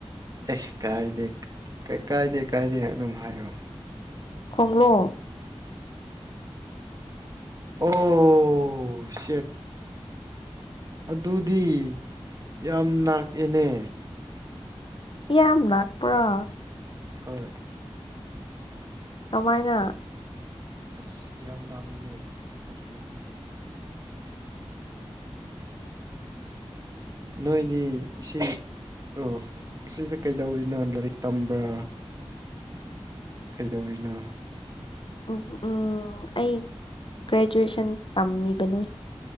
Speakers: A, on the right; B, on the left.
A: ꯑꯦ ꯀꯥꯏꯗꯦ ꯀꯥꯏꯗꯦ ꯀꯥꯏꯗꯦ ꯑꯗꯨꯝ ꯍꯥꯏꯔꯛꯑꯣ
B: ꯈꯪꯂꯣ
A: ꯑꯣ ꯁꯦꯠ ꯑꯗꯨꯗꯤ ꯌꯥꯝ ꯥꯛꯑꯦꯅꯦ
B: ꯌꯥꯝ ꯂꯥꯛꯄ꯭ꯔꯣ
A: ꯍꯣꯏ
B: ꯀꯃꯥꯏꯅ
A: ꯑꯁ ꯌꯥꯝ ꯂꯥꯛꯏꯅꯦ ꯑꯗꯨꯕꯨꯗꯤ ꯅꯣꯏꯗꯤ ꯁꯤ ꯑꯣ ꯁꯤꯗꯤ ꯀꯩꯗꯧꯔꯤꯅꯣ ꯂꯥꯏꯔꯤꯛ ꯇꯝꯕ꯭ꯔꯥ ꯀꯩꯗꯧꯔꯤꯅꯣ
B: ꯎ ꯑꯩ ꯒ꯭ꯔꯦꯖꯨꯑꯦꯁꯟ ꯇꯝꯃꯤꯕꯅꯤ